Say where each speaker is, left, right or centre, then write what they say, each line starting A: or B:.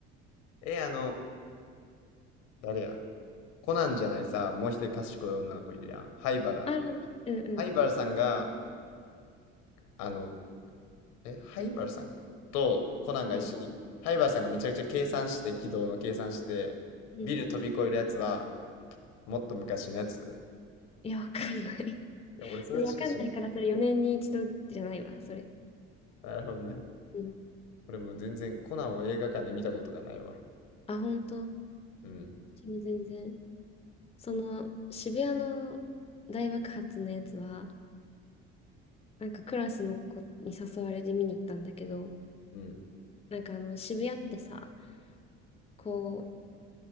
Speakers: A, on the left; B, on the left.
A: えあの誰やコナンじゃないさもう一人賢い女の子いるやん灰原
B: ああね、うんうん、
A: 灰原さんがあのえ、ハイバルさんとコナンが一緒に、
B: うん、
A: ハイバルさんがめちゃくちゃ計算して、軌道の計算して、
B: うん。
A: ビル飛び越えるやつは、もっと昔のやつ。
B: いや、わかんない。<laughs>
A: いや、俺それしか知らん。
B: わかんないから、それ4年に一度じゃないわ、それ。
A: なるほどね。
B: うん。
A: 俺もう全然コナンを映画館で見たことがないわ。
B: あ、ほんと。
A: うん、
B: 私も全然。その、渋谷の大爆発のやつは、なんかクラスの子に誘われて見に行ったんだけど、
A: うん、
B: なんかあの、渋谷ってさ、こう、